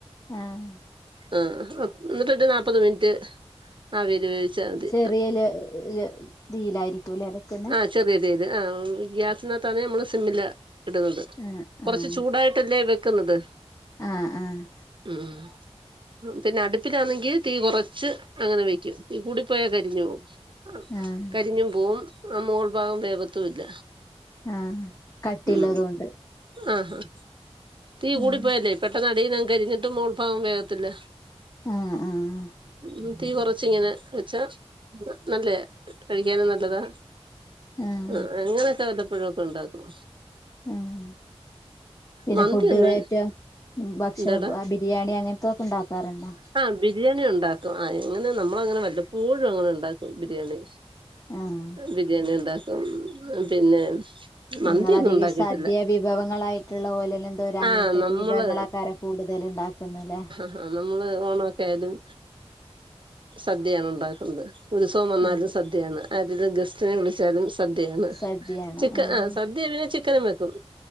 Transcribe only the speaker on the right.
ആഹ് എന്നിട്ട് ഒരു നാപ്പത് മിനിറ്റ് ആവില് വേവിച്ചാമതി
ആഹ് ചെറിയതീയിൽ ആഹ് ഗ്യാസിനകത്താണേൽ നമ്മള് സിമ്മിലാ ഇടുന്നത്
കൊറച്ച്
ചൂടായിട്ടല്ലേ വെക്കുന്നത്
ഉം പിന്നെ അടു തീ കുറച്ച് അങ്ങനെ വെക്കും തീ കൂടിപ്പോയാൽ കരിഞ്ഞു പോകും
കരിഞ്ഞും പോവും ആ മോൾ ഭാഗം വേവത്തുല്ല
ഉം ആഹാ തീ കൂടിപ്പോയാലെ
പെട്ടന്ന് അടിന്ന് അങ്ങ് കരിഞ്ഞിട്ട് മോൾ ഭാഗം വേവത്തില്ല
ഉം തി കുറച്ച് ഇങ്ങനെ വെച്ചാ നല്ലെയാ കഴിക്കാനും നല്ലതാ
ആ അങ്ങനെയൊക്കെ വല്ലപ്പോഴോക്കെ ണ്ടാക്കും
മന്തി
ഒന്ന്
എന്താടാ
ആ ബിരിയാണി ഉണ്ടാക്കും ആ എങ്ങനെ നമ്മള് അങ്ങനെ വല്ലപ്പോഴും അങ്ങനെ ഉണ്ടാക്കും ബിരിയാണി
ബിരിയാണി ഉണ്ടാക്കും പിന്നെ മന്തിയൊന്നും
ഉണ്ടാക്കിയിട്ടില്ല
ആഹ്
നമ്മള്
ആ നമ്മള് ഓണൊക്കെ ആയാതും സദ്യയാണ് ഉണ്ടാക്കുന്നത് ഉത്സവം വന്നാലും
സദ്യയാണ് ആതിൽ ഗസ്റ്റിനെ വിളിച്ചാലും സദ്യയാണ്
ചിക്ക
സദ്യ പിന്നെ ചിക്കനും വെക്കും